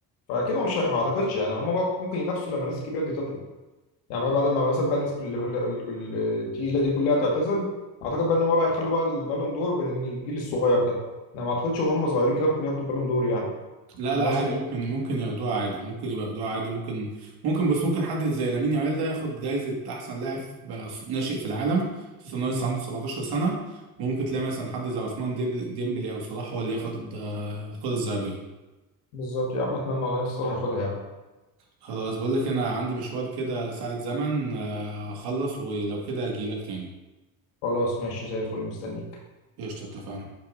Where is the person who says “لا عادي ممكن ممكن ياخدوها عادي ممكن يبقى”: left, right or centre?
Right